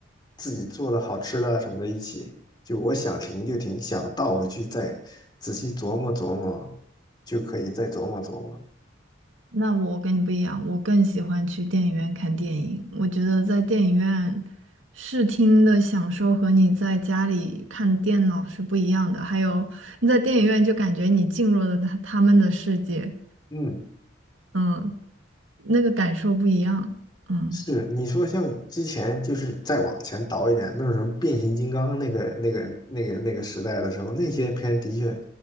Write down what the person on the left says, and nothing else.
自己做的好吃的啊什么的一起，就我想停就停，想倒回去再仔细琢磨琢磨，就可以再琢磨琢磨。
嗯。
是你说像之前就是再往前倒一点，那种什么变形金刚那个那个那个那个时代的时候，那些片的确，